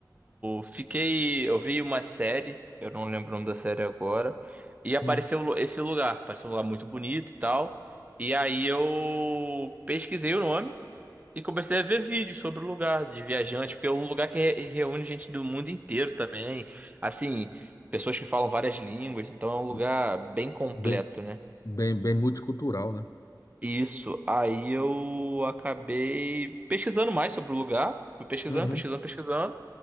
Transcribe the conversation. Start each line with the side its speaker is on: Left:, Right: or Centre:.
Right: fiquei. Eu vi uma série, eu não lembro o nome da série agora, e apareceu
Left: Hum,
Right: lu- esse lugar. Apareceu um lugar muito bonito e tal. E aí eu pesquisei o nome e comecei a ver vídeos sobre o lugar de viajante, porque é um lugar que re- reúne gente do mundo inteiro também. Assim, pessoas que falam várias línguas, então é um lugar
Left: hum.
Right: bem completo,
Left: Bem,
Right: né?
Left: bem, bem multicultural, né?
Right: Isso, aí eu acabei pesquisando mais sobre o lugar. Fui pesquisando,
Left: Uhum,
Right: pesquisando, pesquisando.